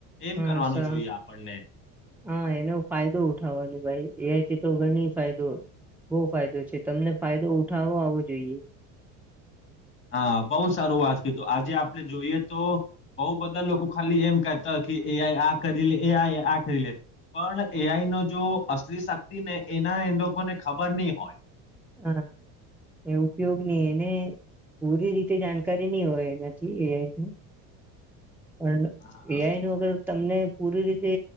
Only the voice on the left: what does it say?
એમ
કરવાનું
જોઈએ આપણને
હા બહુ સારું વાત કીધું આજે આપણે જોઈએ તો બોવ બધા લોકો ખાલી એમ કતા કે એ આઈ આ કરી લે એ આ આ કરી લે પણ એઆઈ ન જો અસલી શક્તિ ને એના એ લોકોને ખબર નહી હોય
હા